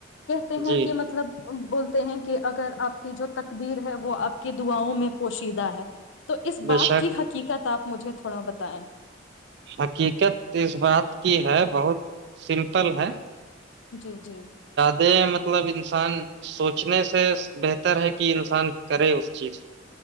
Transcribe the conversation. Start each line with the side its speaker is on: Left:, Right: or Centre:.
Left: کہتے ہیں
Right: جی
Left: کہ مطلب بولتے ہیں کہ اگر آپ کی جو تقدیر ہے وہ آپ کی داؤں میں پوشیدا ہے تو اس بات
Right: بے شک
Left: کی حقیقت آپ مجھے تھوڑا بتائیں
Right: حقیقت اس بات کی ہے بہت سمپل ہے
Left: جی جی
Right: دے مطلب انسان سوچنے سے بہتر ہے کہ انسان کرے اس چیز